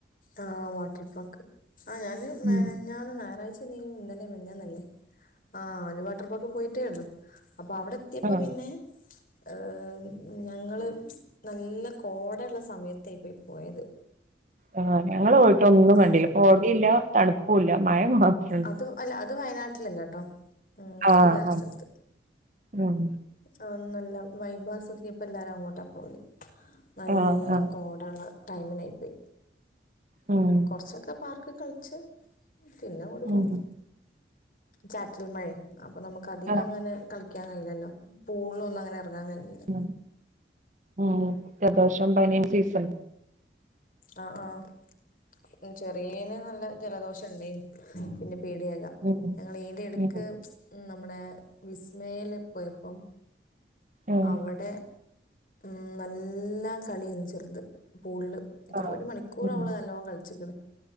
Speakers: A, on the left; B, on the right.
A: ആ വാട്ടർ പാർക്ക് ആ ഞാന് മെനഞ്ഞാന്ന്
B: ഉം
A: ഞായറാഴ്ച ന്ന് ഇന്നല്ലെ മിനിഞാന്നല്ലേ ആ ഒരു വാട്ടർപാക്ക പോയിട്ടേ ഉള്ളു അപ്പൊ അവിടെ എത്തിയപ്പോ
B: ആഹ്
A: പിന്നെ എം ഞാൻ ങ്ങള് നല്ല കോടള്ള സമയത്തായി പോയി പോയത്
B: ആ ഞങ്ങള് പോയിട്ട് ഒന്നും
A: ആ
B: കണ്ടില്ല കോടില്ല തണുപ്പുല്ല മഴ മാത്രണ്ട്.
A: അത് അല്ല അത് വയനാട്ടിലല്ലട്ടോ ഉം
B: ആഹ്
A: അത് വേറെരു
B: ആഹ്
A: സ്ഥലത്ത്
B: ഉം
A: ആ നല്ല ല്ല വൈഭസ്വതിക ഇപ്പോ എല്ലരും അങ്ങോട്ടാ പോവല് നല്ല
B: ആഹ് ആഹ്
A: കോടള്ള ടൈമിലായി പോയി
B: ഉം
A: അ കൊർച്ചൊക്കെ പാർക്ക് കളിച്ച് പിന്നങ്ങോട്പോന്നു
B: ഉം
A: ചാറ്റൽ മഴ അപ്പൊ നമുക്ക് അധികങ്ങനെ
B: ആഹ്
A: കളി ക്ക്യാൻ കഴിയില്ലല്ലോ പൂൾലൊന്നും അങ്ങനെ എറങ്ങാൻ കഴിഞ്ഞില്ല
B: ഉം ഉം ജലദോഷോം പനിയും സീസൺ
A: ആഹ് ആഹ് ചെറിയേന് നല്ല ജലദോഷംണ്ടേനും പിന്നെ പേടിയാക
B: ഉം
A: ഞങ്ങളിയെന്റെടക്ക്
B: ഉം
A: നമ്മളെ വിസ്മയേല് പോയപ്പം
B: ആഹ്
A: അവിടെ ഉം നല്ലാം കളിയെനി ചേർത് പൂള്ല് എത്രോ
B: ആഹ്
A: ഒരു മണിക്കൂറ്
B: ഉം
A: അവള് നല്ലോം കളിച്ചിക്ക്ണ്